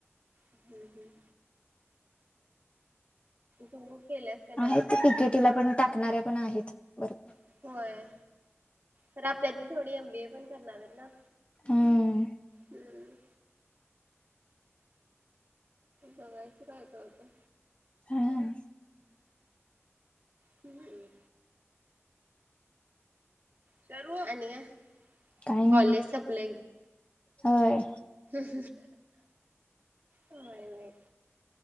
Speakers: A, on the right (about 45°); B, on the left (about 25°).
A: हम्म हम्म तू केलंस का नाही
B: आहेत
A: अजून कुणास
B: ती किती तुला पण टाकणाऱ्या पण आहेत वर
A: ठाऊक. होय. तर आपल्यातील थोडी एम बी ए पण करणार आयत ना?
B: हम्म
A: हम्म बघायचं काय काय होतय.
B: ह अम
A: ह्म्म सरू आणि काय?
B: काय
A: कॉलेज
B: नाय ब
A: संपलं
B: होय.
A: <unintelligible> होय होय